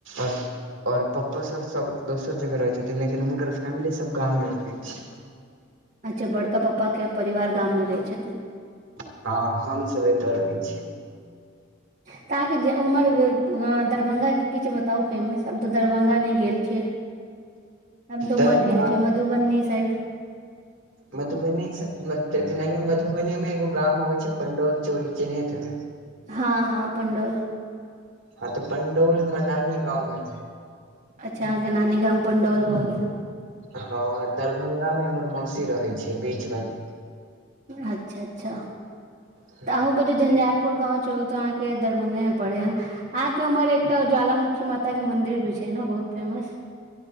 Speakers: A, on the right; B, on the right.
A: आओर और पप्पो सभ सभ दोसर जगह रहै छथिन लेकिन हुनकर फैमिली सभ गाम मे रहै छै
B: अच्छा बड़का पापा के परिवार गाम मे रहै छथिन
A: हँ, हमसभ एतऽ रहै छीयै।
B: ह तऽ अहाँकेँ उमर दरभंगा के किछु बताउ फेमस हम तऽ दरभंगा नहि गेल छियै हम तऽमर
A: दरभंगा
B: गेलल छै
A: मे
B: मधुबनी साइड
A: मधुबनी जेनाकि मधुबनी मे एगो गाम अबे छैय पंडौल चोरी चिन्हैत हबै
B: हँ, हँ, पणडौल
A: आ तऽ पंडौलमे नानी गावमे
B: अच्छा आहा नानी गाम पंडौल भऽ गेल
A: हँ दरभंगा मे हमर मौसी रहे छै, बीच वाली
B: अच्छा, अच्छा
A: ह
B: तऽ अहूँकेँ जे झंझारपुर गाव छै ओ तऽ अहाँकेँ दरभंगे मे पड़ेय अहाँ के उम्हर एकटा ज्वालामुखी माता के मंदिर भी छैय न बहुत फेमस